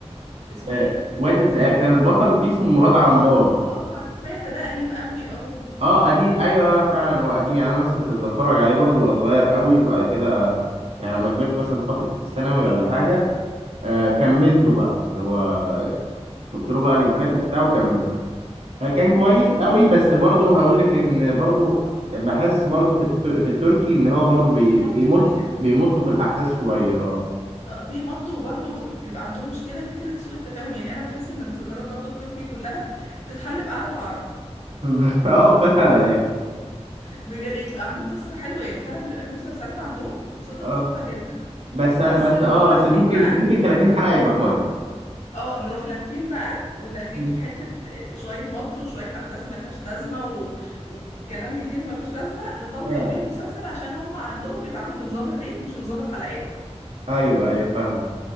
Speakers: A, on the left; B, on the right.
A: اسمه
B: آه،
A: ايه
B: وادي الذئاب كان البطل فيه اسمه مراد على
A: اه
B: مدار
A: اه عارفاه ده ده قديم قوي اه
B: اه قديم ايوه فعلا هو قديم يعني انا مثلا كنت اتفرج عليه برضو وانا صغير قوي وبعد كده يعني لما كبرت مثلا فترة الثانوي ولا حاجة آه كملته بقى اللي هو شفت له بقى لينكات وبتاع وكملته فكان كويس
A: آه، خلي بالك
B: قوي بس برضه هقول لك ان برضه بحس برضه في الت... في التركي ان هو برضه بي...
A: في مط
B: بيمط
A: كتير
B: بيمطوا في الاحداث شويه اه
A: اه في مط وبرضه بيبقى عندهم مشكلة فكرة سوء التفاهم يعني انا بحس ان المسلسلات برضه التركي كلها تتحل بقعدة عرب
B: <laughs> اه فعلا يعني
A: بجد يعني بتبقى عاملين قصة حلوة يعني فعلا بيبقى في مسلسلات عندهم قصتها
B: اه
A: تحفة جدا
B: بس
A: بس
B: بس
A: نروح
B: اه
A: لفين
B: بس ممكن
A: بقى
B: ممكن 30 حلقه يبقى كويس
A: اه نروح لفين بقى وداخلين
B: مم.
A: في حتة آه، شوية مط وشوية احداث ملهاش لازمة و... وكلام كتير ملوش لازمة نطول
B: فعلا
A: بيه المسلسل عشان هم عندهم بيتعاملوا بنظام الريت مش نظام الحلقات
B: ايوه ايوه فاهم